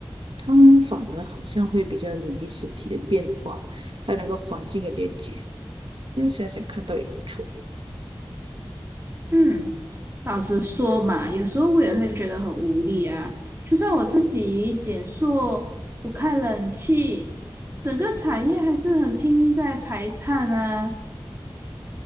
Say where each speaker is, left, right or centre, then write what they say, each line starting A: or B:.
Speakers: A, on the right (about 75°); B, on the right (about 25°).
A: 他们反而好像会比较留意身体的变化，还有那个环境的连接。那想想看到也不错。
B: 嗯老实说嘛，有时候我也会觉得很无力啊。就算我自己减塑，不开冷气，整个产业还是很拼命在排碳啊。